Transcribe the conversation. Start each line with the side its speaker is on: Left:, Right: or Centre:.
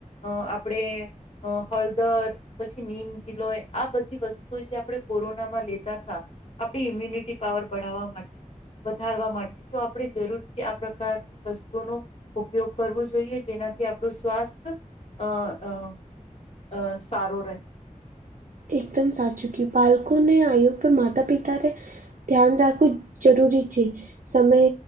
Left: અ આપણેે અ હળદર પછી નીમ ગીલોય આ બધી વસ્તુઓ જે આપણે કોરોનામાં લેતા તા આપણી ઇમ્યુનિટી પાવર બઢાવવા માટે વધારવા માટે તો આપણે જરૂર થી આ પ્રકારની વસ્તુઓનો ઉપયોગ કરવો જોઈએ જેનાથી આપણું સ્વાસ્થ અ અ અ સારો રહે.
Right: એકદમ સાચુ ક્યો બાલકો ને આઈઓ પર માતા પિતાને ધ્યાન રાખવું જ જરૂરી છે, સમય